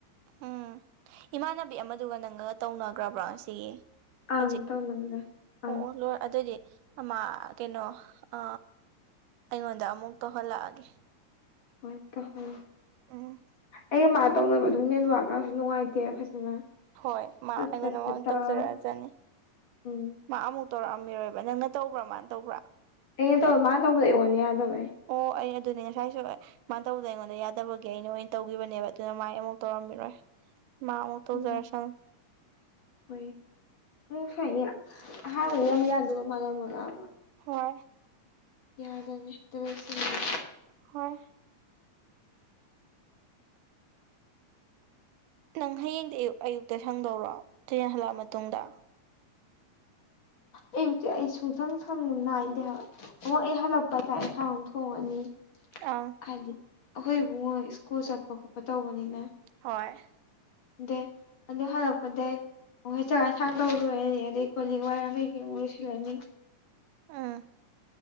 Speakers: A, on the right; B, on the left.
A: ꯎꯝ ꯏꯃꯥꯟꯅꯕꯤ ꯑꯃꯗꯨꯒ ꯅꯪꯒ ꯇꯧꯅꯈ꯭ꯔꯕ꯭ꯔꯣ ꯁꯤꯒꯤ ꯍꯧꯖꯤꯛ
B: ꯑꯪ ꯇꯧꯅꯕꯅꯦ
A: ꯑꯣ
B: ꯑꯪ
A: ꯑꯣ ꯂꯣꯏ ꯑꯗꯣꯏꯗꯤ ꯑꯃ ꯀꯩꯅꯣ ꯑ ꯑꯩꯉꯣꯟꯗ ꯑꯃꯨꯛ ꯇꯧꯍꯜꯂꯛꯑꯒꯦ
B: ꯍꯣꯏ ꯇꯧꯍꯣ
A: ꯎꯝ
B: ꯑꯩ ꯃꯥ ꯇꯣꯛꯅꯕ ꯑꯗꯨ ꯅꯦꯠꯋꯥꯛꯅ ꯅꯨꯡꯉꯥꯏꯇꯦ ꯐꯖꯅ
A: ꯍꯣꯏ ꯃꯥ
B: ꯄꯠ
A: ꯑꯩꯉꯣꯟꯗ
B: ꯄꯠ ꯄꯠ
A: ꯃꯥꯏ
B: ꯇꯠꯂꯒ
A: ꯇꯧꯖꯔꯛꯑꯖꯅꯤ
B: ꯎꯝ
A: ꯃꯥ ꯑꯃꯨꯛ ꯇꯧꯔꯛꯑꯝꯃꯦꯕ ꯅꯪꯅ ꯇꯧꯕ꯭ꯔꯥ ꯃꯥꯅ ꯇꯧꯕ꯭ꯔꯥ
B: ꯑꯩꯅ ꯇꯧꯕ ꯃꯥꯅ ꯇꯧꯕ ꯑꯩꯉꯣꯟꯗ ꯌꯥꯗꯕꯩ
A: ꯑꯣ ꯑꯩ ꯑꯗꯨꯅꯦ ꯉꯁꯥꯏꯁꯨ ꯃꯥꯅ ꯇꯧꯕꯗ ꯑꯩꯉꯣꯟꯗ ꯌꯥꯗꯕꯒꯤ ꯑꯩꯅ ꯑꯣꯏꯅ ꯇꯧꯈꯤꯕꯅꯦꯕ ꯗ ꯃꯥꯏ ꯑꯃꯨꯛ ꯇꯧꯔꯝꯕꯤꯔꯣꯏ ꯃꯥ ꯑꯃꯨꯛ ꯇꯧꯖꯔꯁꯅꯨ
B: ꯎ ꯍꯣꯏ <unintelligible>
A: ꯍꯣꯏ
B: <unintelligible>
A: ꯍꯣꯏ ꯅꯪ ꯍꯌꯦꯡꯗꯤ ꯑꯌꯨꯛ ꯑꯌꯨꯛꯇ ꯁꯪꯗꯧꯔꯣ ꯊꯦꯡ ꯍꯜꯂꯛꯑ ꯃꯇꯨꯡꯗ
B: ꯑꯩꯌꯨꯛꯇꯤ ꯑꯩ ꯁꯨꯡꯁꯪ ꯁꯪ ꯅꯥꯏꯗꯦ ꯍꯥꯏꯕ ꯑꯣ ꯑꯩ ꯍꯜꯂꯛꯄ ꯆꯥꯛ ꯑꯦꯟꯁꯥꯡ ꯑꯃꯨꯛ ꯊꯣꯡꯉꯅꯤ
A: ꯑꯧ
B: ꯍꯥꯏꯗꯤ ꯑꯩꯈꯣꯏ ꯏꯕꯨꯡꯉꯣ ꯁ꯭ꯀꯨꯜ ꯆꯠꯄ ꯈꯣꯠꯄ ꯇꯧꯕꯅꯤꯅ
A: ꯍꯣꯏ
B: ꯗꯦ ꯑꯗꯨ ꯍꯜꯂꯛꯄꯗꯩ ꯃꯣꯏ ꯆꯥꯛ ꯏꯟꯁꯥꯡ ꯇꯧꯔꯨꯔꯣꯏꯅꯤ ꯑꯗꯩ ꯀꯣꯂꯤꯛ ꯋꯥꯔꯝ ꯩ ꯀꯩ ꯀꯩ ꯑꯃꯨꯛ ꯂꯣꯏꯁꯟꯂꯅꯤ
A: ꯎꯝ